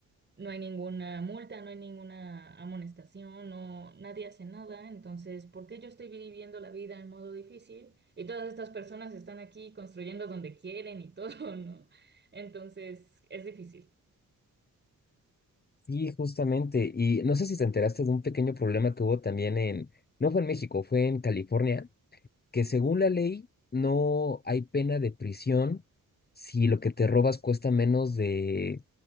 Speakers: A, on the right; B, on the left.
A: no hay ninguna multa, no hay ninguna amonestación, no, nadie hace nada. Entonces, ¿por qué yo estoy viviendo la vida en modo difícil? Y todas estas personas están aquí construyendo donde quieren y todo, <laughs> ¿no? Entonces, es difícil.
B: Sí, justamente. Y no sé si te enteraste de un pequeño problema que hubo también en, no fue en México, fue en California, que según la ley no hay pena de prisión si lo que te robas cuesta menos de,